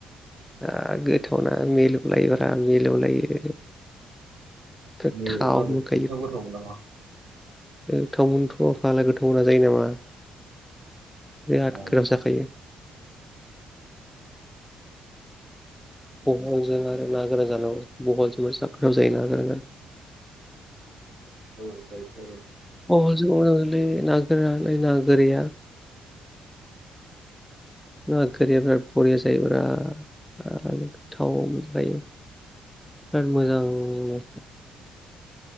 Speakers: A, in the centre; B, on the right (about 65°).
A: ओ गोथावना मिलौलायोब्रा मिलौलायो। गोथाव
B: नैबेथ' आरो
A: मोनखायो।
B: नोंथाङाबो गोथाव मोनो नामा
A: गोथावमोनथ फाला गोथाव नोङा जायो नामा बिराद
B: अ
A: गोराब जाखायो। बहलजों आरो ना गोरान जानांगौ बहलजोंबो जा गोथाव जायो ना गोराना।
B: औ जायोथ' आरो।
A: अनलाजों अलै ना गोरा ना गोरैया। ना गोरिया बिराद बरिया जायोब्रा, बिराद गोथाव मोनजाखायो। बिराद मोजांनो।